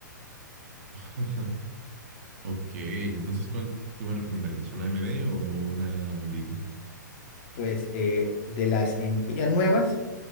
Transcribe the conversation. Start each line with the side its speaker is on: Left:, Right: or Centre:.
Right: <laughs> Ok, entonces, ¿cuál tú me recomendarías? ¿Una AMD o una Nvidia?
Left: Pues eh, de las Nvidia nuevas,